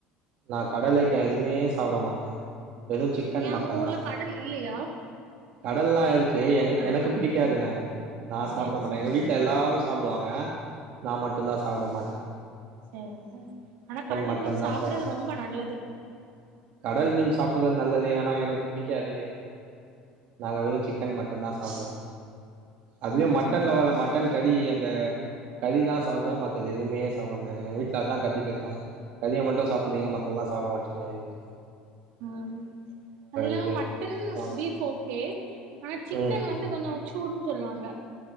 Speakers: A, on the right (about 50°); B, on the right (about 70°).
A: நா கடலைட்டா எதுமே சாப்ட மாட்டே வெது சிக்கன்
B: ஏ
A: மட்டன்
B: உங்க ஊர்ல
A: தா
B: கடல் இல்லையா
A: கடல்லா இருக்கு என் எனக்கு பிடிக்காதுங்க நா சாப்ட
B: சேரி
A: மாட்டே
B: சேரி
A: எங்க வீட்ல எல்லாரு சாப்டுவாங்க நா மட்டுதா சாப்ட மாட்
B: செர் செ ஆனா கடல்
A: மட்டன்
B: மீன்
A: தா
B: சாப்ட்றது
A: சாப்டுவே
B: ரொம்ப நல்லது
A: கடல் மீன் சாப்புது நல்லது ஏனா எனக்கு பிடிக்காதே நாங்க வெறு சிக்கன் மட்டன் தா சாப்டுவே அதுவே
B: சேரி
A: மட்டன்ல
B: சேரி
A: வர மட்டன் கறி அந்த கறிதா சாப்டே மத்த எது எதுமே சாப்ட முடியாங்க எ வீட்ல அத்தா கத்திட் இருப்பாங்க கறிய மட்டு சாப்புரீங்க மத்ததல்லா சாப்ட மாட்றீங்க ஏன்ட்டு
B: ஆம் அது இல்லாம
A: இது
B: மட்டன்
A: கத்துவாங்க
B: பீஃப் ஓகே ஆனா சிக்கன்
A: ம்
B: வந்து கொஞ்சு சூடுன் ச்சொல்லுவாங்க